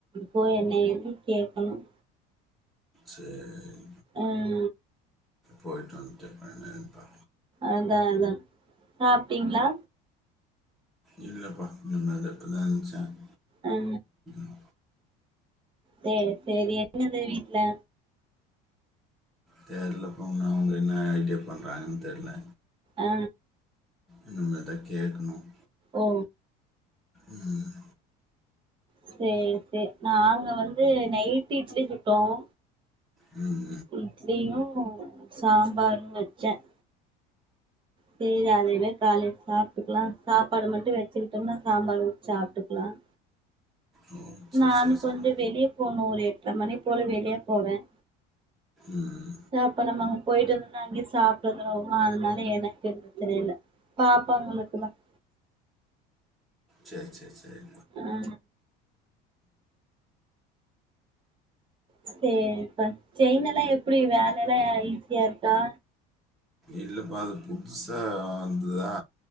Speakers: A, on the right; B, in the centre.
A: போய் என்ன ஏது கேக்கணும்
B: சரி
A: ம்
B: போயிட்டு வந்துட்டு பண்ணதுப்பா
A: அதான் அதான் சாப்பிட்டீங்களா
B: இல்லேப்பா இனிமேல் தா இப்ப தா எந்திருச்சேன்
A: ஆ
B: <unintelligible>
A: சேரி சேரி எங்கது வீட்டுல
B: தெரியலப்பா அவங்க என்ன ஐடியா பண்றாங்கன்னு தெரியல
A: ஆ
B: இனிமே தா கேட்கணும்
A: ஓ
B: உம் <unintelligible>
A: சேரி சேரி நாங்க வந்து நைட்டு் இட்லி சுட்டோம்
B: ம்
A: இட்லியும் சாம்பாரும் வச்சேன் சரி அதையவே காலைல சாப்பிட்டுக்கலாம் சாப்பாடு மட்டும் வச்சுக்கிட்டோம்னா சாம்பார் ஊத்தி சாப்பிட்டுக்கலாம்
B: ஓ சரி
A: நானும்
B: சரி
A: கொஞ்சம்
B: சரி
A: வெளிய போணும் ஒரு எட்டற மணி போல வெளியே போவேன்
B: ம்
A: சாப்ப நம்ம அங்க போயிட்டு வந்தோம்னா அங்கயே சாப்பிட்டு வந்தறமா அதனால எனக்கு தெரியல பாபப்பாவங்களுக்குதான்
B: சேரி சேரி சேரி
A: ஆ சேரிப்பா செயின் எல்லாம் எப்படி வேலை எல்லாம் ஈஸியா இருக்கா
B: இல்லேப்பா அது புதுசா வந்ததா